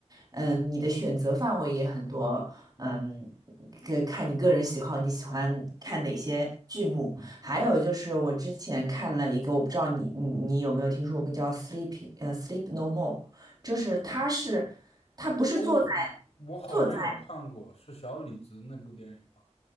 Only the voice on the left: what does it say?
哦，
我好像有看过，
是小李子那部电影吗？